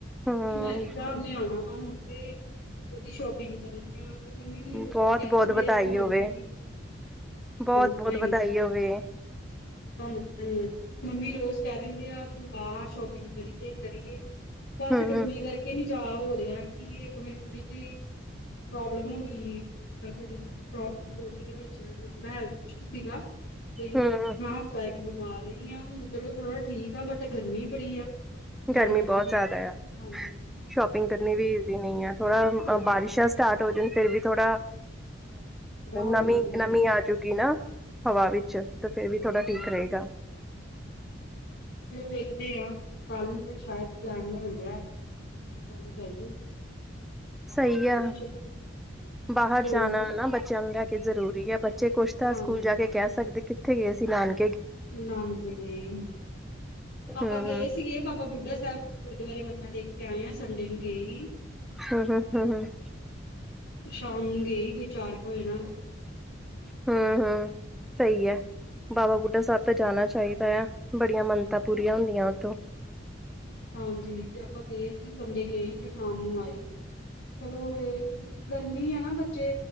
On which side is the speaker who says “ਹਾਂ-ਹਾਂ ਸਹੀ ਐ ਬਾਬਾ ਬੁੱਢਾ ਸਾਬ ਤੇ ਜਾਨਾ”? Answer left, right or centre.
Centre